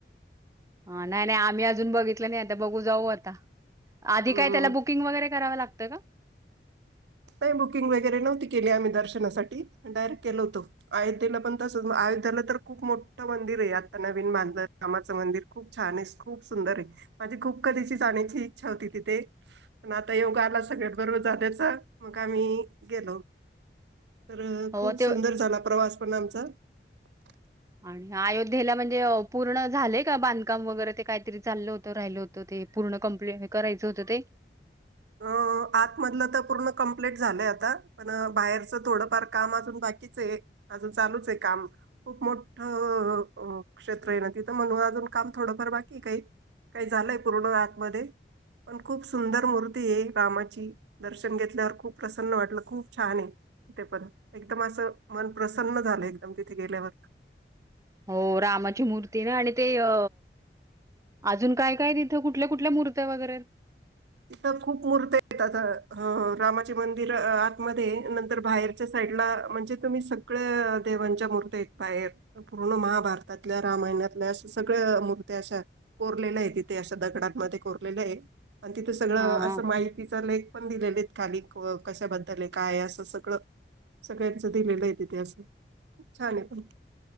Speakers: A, on the right; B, on the right.
A: हा नाही-नाही आम्ही अजून बघितलं नाही. आता बघू जाऊ आता. आधी
B: हम्म
A: काय त्याला बुकिंग वगैरे करावं लागतं का?
B: नाही बुकिंग वगैरे नव्हती केली आम्ही दर्शनासाठी. डायरेक्ट केल होतो. अयोध्याला पण तसंच. झालं तर खूप मोठं मंदिर आहे. आता नवीन बांधलं रामाचं मंदिर खूप छान आहे. खूप सुंदर आहे. माझी खूप कधीची जाण्याची इच्छा होती तिथे. पण आता योग आला सगळ्यान बरोबर जाण्याचा मग आम्ही गेलो, तर
A: हो
B: खूप सुंदर
A: ते
B: झाला प्रवास पण आमचा. स <unintelligible>
A: आणि अयोध्येला म्हणजे अं पूर्ण झालेय का बांधकाम वगैरे ते काहीतरी चाललं होतं, राहिल होतं, ते. पूर्ण कंप्लीट करायच होतं ते.?
B: <unintelligible> आतमधलं तर पूर्ण कंप्लीट झालंय पण बाहेरच थोडंफार काम अजून बाकीच आय, अजून चालूच आहे काम, खूप मोठ. अअअ, क्षेत्र आहे ना तिथं म्हणून अजून काम थोडंफार बाकीय काही. काही झालंय पूर्ण आतमध्ये, पण खूप सुंदर मूर्ती रामाची दर्शन घेतल्यावर खूप प्रसन्न वाटलं, खूप छानये ते पण एकदम अस. मन प्रसन्न झालं एकदम तिथे गेल्यावर.
A: हो रामाची मूर्ती ना आणि ते अ. अजून काय-काय य तिथं कुठल्या कुठल्या मूर्त्या वगैरे.
B: तिथं खूप मूर्त आहेत आता रामाचे मंदिर आतमध्ये य नंतर बाहेरच्या सा लं म्हणजे तुम्ही सगळ देांवांच्या मूर्त्या आयत मायेर पूर्ण महाभारतातल्या रा सगळ मूर्त्या अशा कोरलेल्या आहेत तिथे अशा दगडांमध्ये कोरलेल्या आहे आणि तिथं सगळं
A: हां, हां.
B: असं माहितीचं लेक पण दिलेले आहेत खाली कशाबद्दल आहे काय असं सगळं. सगळ्यांच दिलेलं आहे तिथे असं खूप छान आहे पण.